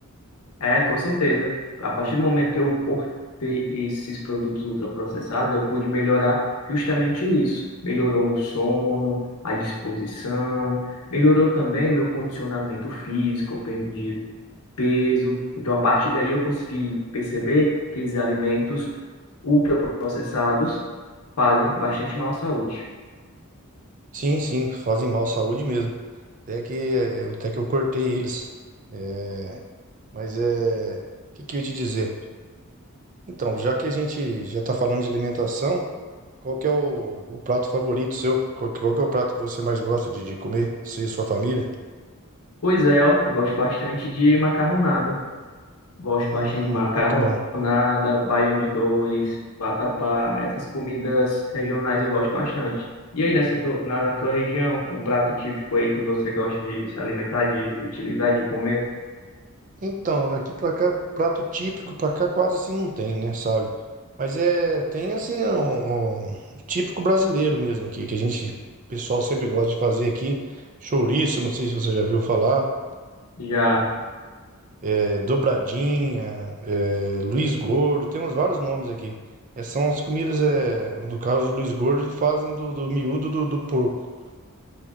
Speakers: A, on the left; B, on the right.
A: É, com certeza. A partir do momento que eu cortei esses produtos ultraprocessados, eu pude melhorar justamente isso. Melhorou o sono, a disposição, melhorou também meu condicionamento físico, eu perdi peso. Então, a partir daí, eu consegui perceber que esses alimentos ultraprocessados fazem bastante mal à saúde.
B: Sim, sim, fazem mal à saúde mesmo. Até que, eh, eu- até que eu cortei eles. É, Mas é, o que que eu ia te dizer? Então, já que a gente já tá falando de alimentação, qual que é o, o prato favorito seu? Qual que, qual que é o prato que você mais gosta de, de comer, você e sua família?
A: Pois é, ó, eu gosto bastante de macarronada. Gosto
B: Hum,
A: bastante de macarronada,
B: muito bom.
A: baião de dois, vatapá, essas comidas regionais eu gosto bastante. E aí, nessa tu- na na tua região, um prato típico aí que você gosta de se alimentar, de utilizar, de comer,
B: Então, daqui pra cá, prato típico pra cá quase assim não tem, né, sabe? Mas é, tem assim, um, um típico brasileiro mesmo aqui, que a gente, o pessoal sempre gosta de fazer aqui, chouriço, não sei se você já viu falar.
A: já
B: É, dobradinha, é, Luiz Gordo, temos vários nomes aqui. É, são as comidas, é, no caso do Luiz Gordo, eles fazem do, do miúdo do, do porco.